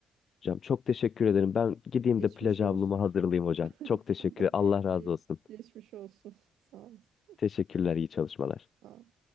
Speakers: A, on the left (about 50°); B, on the right (about 80°).
A: Hocam çok teşekkür ederim. Ben gideyim
B: Geçmiş
A: de plaj
B: olsun.
A: havlumu hazırlayayım hocam. Çok
B: <laughs>
A: teşekkür. Allah razı
B: Geç,
A: olsun.
B: geçmiş olsun. <laughs> Sağ olasın.
A: Teşekkürler, iyi çalışmalar.
B: Sağ ol.